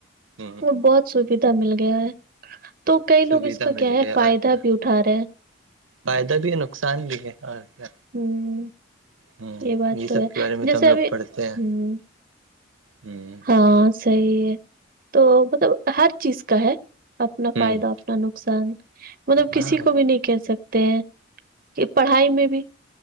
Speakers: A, on the right; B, on the right.
A: ہ
B: وہ بہت سبھی دھا مل گیا ہے تو کئی
A: سویدھا
B: لوگ اس کا
A: مل
B: کیا ہے
A: گیا
B: فائدہ
A: اور کیا
B: بھی اٹھا رہے ہیں
A: فائدہ بھی ہے نقصان بھی ہے اور کیا
B: ہوں
A: ہوں
B: یہ بات
A: سب
B: تو ہے
A: کے بارے میں
B: جیسے
A: تو ہم لوگ
B: ابھی
A: پڑھتے ہیں
B: ہ
A: ہوں
B: ہاں صحیح ہے تو مطلب ہر چیز کا ہے اپنا
A: ہوں
B: فائدہ نا نقصان مطلب کسی
A: ہاں ہوں
B: کو بھی نہیں کہ سکتے ہیں کہ پڑھائی میں بھی